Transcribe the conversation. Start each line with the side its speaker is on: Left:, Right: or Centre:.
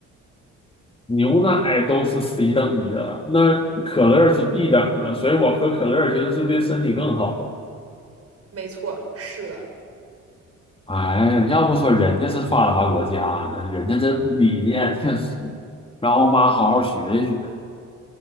Left: 牛奶都是 C 等级的，那可乐是 B 等的，所以我喝可乐其实是对身体更好。
Right: 没错，是的。
Left: 哎，要不说人家是发达国家呢，人家这理念确实，让我妈好好学一学。